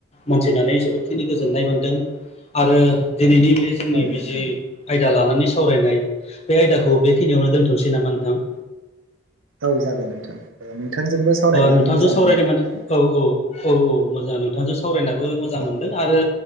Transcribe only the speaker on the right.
औ
नोंथां
औ जागोन नोंथां। नोंथांजोंबो सावरायनानै
मोजां
मोनदों नोंथां